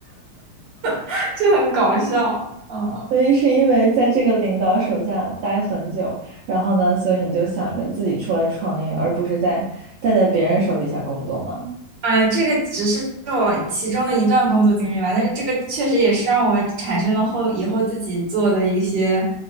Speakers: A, on the right; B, on the right.
A: <laughs> 就很搞笑。嗯，
B: 所以是因为在这个领导手下待很久，然后呢，所以你就想着自己出来创业，而不是在再在别人手底下工作吗？
A: 嗯，这个只是我其中的一段工作经历了，但是这个确实也是让我产生了后以后自己做的一些